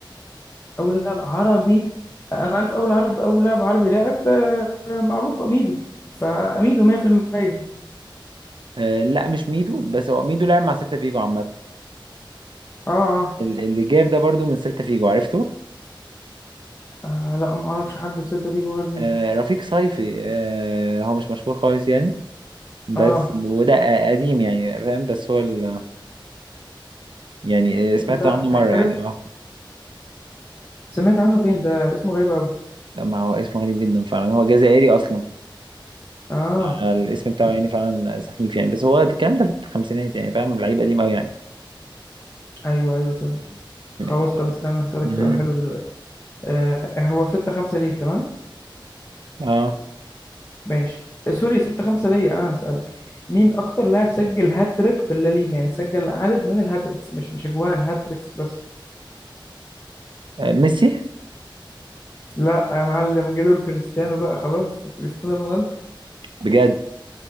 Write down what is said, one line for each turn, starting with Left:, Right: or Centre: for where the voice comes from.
Left: اول لاعب عربي انا عارف اول عرب اول لاعب عربي لعب معروف اميدو فاميدو 100% اه
Right: آه لا مش ميدو بس هو ميدو لعب مع سيلتا فيجو عامه
Left: اه
Right: ال- اللي جاب ده برضو من سيلتا فيجو عرفته
Left: آه، لا ما اعرفش حد في سيلتا فيجو غير ميدو
Right: آه، رفيق صيفي آه، هو مش مشهور خالص يعني بس
Left: اه
Right: وده قديم يعني فاهم بس هو ال... يعني آه،
Left: ده
Right: سمعت
Left: انت
Right: عنه مرة
Left: عرفت
Right: يعني اه
Left: سمعت عنه فين ده اسمه غريب قوي
Right: لا ما هو اسمه غريب جدا فعلا هو جزائري اصلا
Left: اه
Right: آه، الاسم بتاعه يعني فعلا سخيف يعني بس هو الكلام ده في الخمسينات يعني فاهم لعيب قديم قوي يعني
Left: ايوه ايوه فهمتك خلاص
Right: م-
Left: طب استنى هسألك
Right: مهم.
Left: سؤال حلو دلوقتي آه هو 6 5 ليك تمام
Right: اه
Left: ماشي آه، سوري 6 5 ليا انا هسألك مين اكتر لاعب سجل هاتريك في الليجا يعني سجل عدد من الهاتريكس مش مش اجوان هاتريكس بس
Right: آه، ميسي
Left: لا يا معلم جيلور كريستيانو بقى خلاص كريستيانو رونالدو
Right: بجد